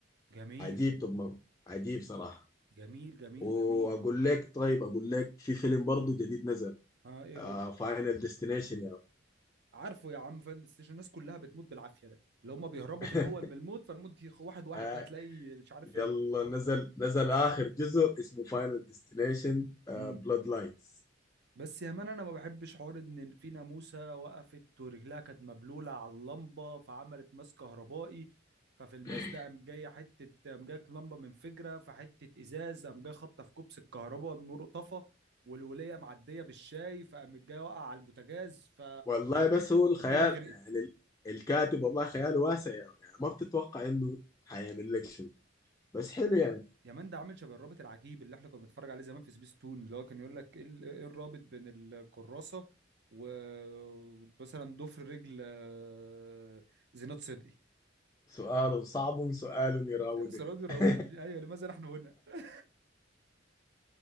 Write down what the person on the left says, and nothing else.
عجيب توم عجيب صراحة
واقول
لك طيب اقول لك في فيلم برضه جديد نزل
آه
فاينل ديستنيشن يا <laughs>
مان.
آه
يلا نزل نزل اخر جزء اسمه فاينل ديستنيشن
بلاد لاينز
<laughs>
والله بس هو الخيال
يعني ال- الكاتب والله خياله واسع يعني, يعني ما بتتوقع انه حيعمل لك شنو بس حلو يعني
سؤال صعب سؤال يراودني
<laughs>